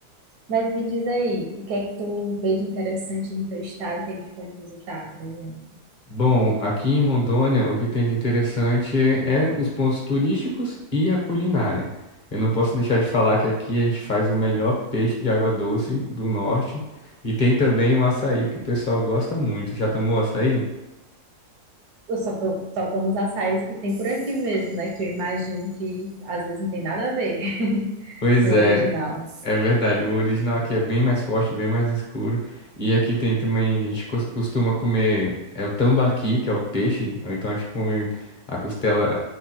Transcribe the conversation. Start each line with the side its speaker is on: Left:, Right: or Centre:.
Right: Mas me diz aí, o que é que tu vê de interessante no teu estado que a gente pode visitar, por exemplo?
Left: Bom, aqui em Rondônia, o que tem de interessante é os pontos turísticos e a culinária. Eu não posso deixar de falar que aqui a gente faz o melhor peixe de água doce do norte e tem também o açaí que o pessoal gosta muito. Já tomou açaí?
Right: Eu só, tô, só tomo os açaís que tem por aqui mesmo, né? Que eu imagino que às vezes não tem nada a ver.
Left: Pois
Right: no
Left: é,
Right: original.
Left: É verdade, o original aqui é bem mais forte, bem mais escuro. E aqui tem também, a gente cos- costuma comer, é o tambaqui, que é o peixe, ou então a gente come a costela,